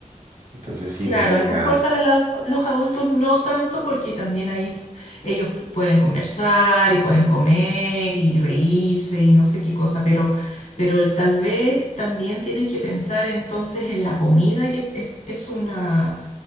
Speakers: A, on the right (about 75°); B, on the left (about 70°).
A: entonces sí,
B: Claro,
A: sí, sí,
B: a
A: me
B: lo mejor
A: has...
B: para la- los adultos no tanto porque también ahí s- ellos pu- pueden conversar y pueden comer y reírse y no sé qué cosa, pero, pero el- tal vez también tienes que pensar entonces en la comida, que es, es una,